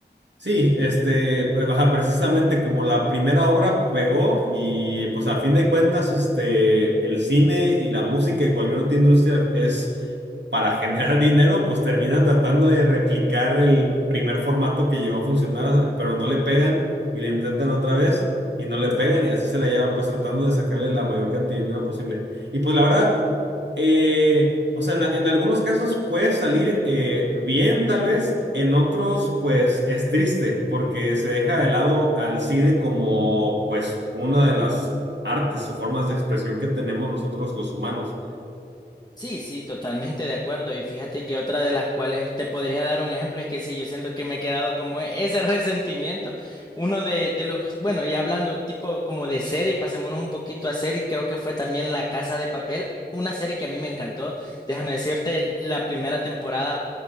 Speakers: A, on the right; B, on the left.
A: Sí, este, pues, ajá, precisamente como la primera obra pegó y pues a fin de cuentas, este, el cine y la música y cualquier otra industria es para generar <laughs> dinero, pues termina tratando de replicar el primer formato que llegó a funcionar, pero no le pegan y le intentan otra vez y no le pegan y así se la llevan, pues tratando de sacarle la mayor cantidad de dinero posible. Y pues la verdad, eh, o sea, en, en algunos casos puede salir eh, bien, tal vez, en otros, pues es triste, porque se deja de lado al cine como, pues, una de las artes o formas de expresión que tenemos nosotros los humanos.
B: Sí, sí, totalmente de acuerdo. Y fíjate que otra de las cuales te podría dar un ejemplo es que sí, yo siento que me he quedado como e- ese resentimiento. Uno de, de los, bueno, y hablando tipo como de serie, pasémonos un poquito a serie, creo que fue también La Casa de Papel, una serie que a mí me encantó. Déjame decirte, la primera temporada